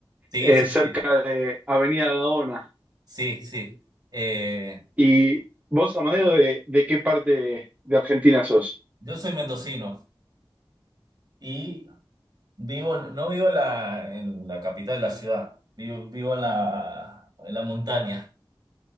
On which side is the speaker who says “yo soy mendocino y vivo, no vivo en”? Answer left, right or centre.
Right